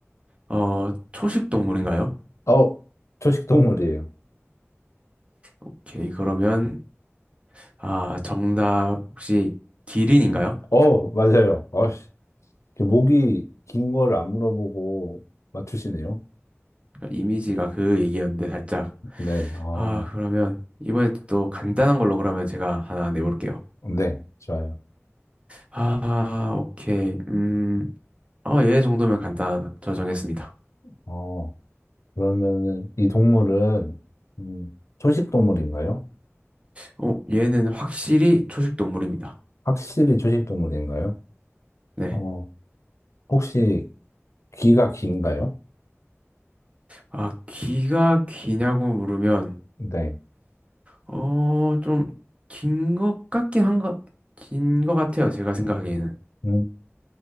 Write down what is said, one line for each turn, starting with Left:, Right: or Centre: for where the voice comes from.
Right: 어, 초식 동물인가요?
Left: 어, 초식동물이에요.
Right: 오케이, 그러면, 아, 정답 혹시 기린인가요?
Left: 어, 맞아요. 어씨, 목이 긴 걸 안 물어보고 맞추시네요.
Right: 이미지가 그 얘기였는데 살짝.
Left: 네, 어,
Right: 아, 그러면 이번에 또 간단한 걸로 그러면 제가 하나 내볼게요.
Left: 네, 좋아요.
Right: 아, 오케이. 음, 어, 얘 정도면 간단하다. 저 정했습니다.
Left: 어, 그러면은 이 동물은 음, 초식동물인가요?
Right: 어, 얘는 확실히 초식 동물입니다.
Left: 확실히 초식동물인가요?
Right: 네.
Left: 어, 혹시 귀가 긴가요?
Right: 아, 귀가 기냐고 물으면,
Left: 네.
Right: 어, 좀, 긴 것 같긴 한 것, 긴 것 같아요. 제가 생각하기에는.
Left: 음,